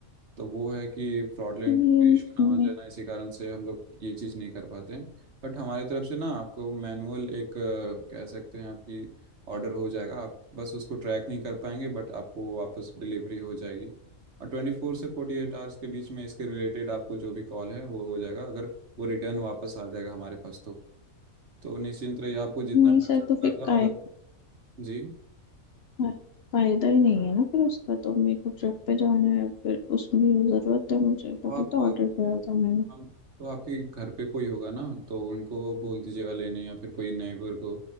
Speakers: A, on the right; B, on the left.
A: तो वो है कि फ्रॉडलेंट
B: ये नहीं
A: पेश ना आ जाना इसी कारण से हम लोग ये चीज़ नहीं कर पाते हैं बट हमारी तरफ से ना आपको मैनुअल एक अ, कह सकते हैं आपकी ऑर्डर हो जाएगा आप बस उसको ट्रैक नहीं कर पाएंगे बट आपको वापस डिलीवरी हो जाएगी और ट्वेंटी फोर से फोर्टी एट आवर्स के बीच में इसके रिलेटेड आपको जो भी कॉल है वो हो जाएगा अगर वो रिटर्न वापस आ जाएगा हमारे पास तो तो निश्चिंत रहिए आपको जितना
B: नहीं
A: पैसा
B: सर तो
A: का
B: फिर
A: था
B: काहे
A: अगर जी
B: फा- फायदा ही नहीं है ना फिर उसका तो मेरे को ट्रिप पे जाना है फिर उसमें जरूरत है मुझे
A: तो
B: तभी
A: आप
B: तो ऑर्डर करा था मैंने
A: हम तो आपके घर पे कोई होगा ना तो उनको बोल दीजिएगा लेने या फिर कोई नेबर को